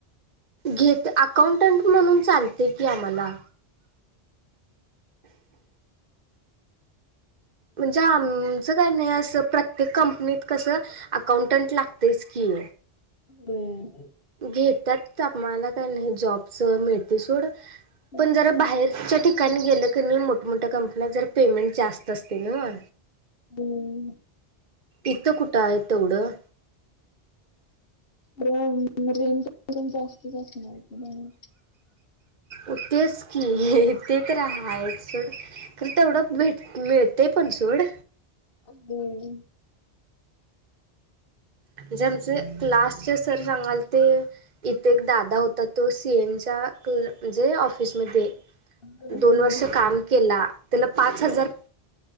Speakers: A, on the right; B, on the left.
A: घेत अकाउंटंट म्हणून चालते की आम्हाला. म्हणजे आमचं काय नाही असं प्रत्येक कंपनीत कसं, अकाउंटंट लागतेच की.
B: व्हय.
A: घेतात आम्हाला काही नाही, जॉबचं मिळतयं सोड
B: हो
A: पण जरा बाहेरच्या ठिकाणी गेलं का नाय मोठमोठ्या कंपन्यात जरा पेमेंट जास्त असतयं नंव्ह.
B: हम्म.
A: इथं कुठं आहेत तेवढं?
B: रेंज जास्तच असणार बाहेर
A: उ तेेच की ते तरी हायच सोड, खंर तेवढं भेट मिळतयं पण सोड
B: हम्म
A: म्हणजेे आमचे, क्लास चे सर सांगालते इथे एक दादा होता तो सीएन ता क म्हणजे ऑफिस मध्ये,
B: हम्म.
A: दोन वर्ष काम केला, त्याला पाच हजार